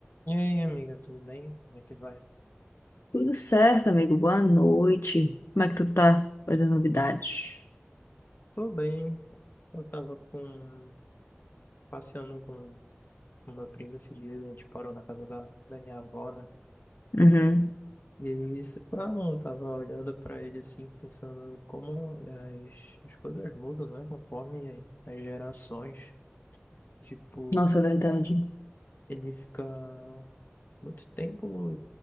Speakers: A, on the left; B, on the left.
A: E aí, amiga, tudo bem? Como é que vai?
B: Tudo certo, amigo. Boa noite. Como é que tu tá? Quais as novidades?
A: Tô bem. Eu tava com... passeando com o meu primo esses dias, a gente parou na casa da, da minha avó, né?
B: Uhum.
A: E isso, ah, não, eu tava olhando pra ele assim, pensando como as, as coisas mudam, né? Conforme as gerações. Tipo,
B: Nossa, é verdade.
A: ele fica muito tempo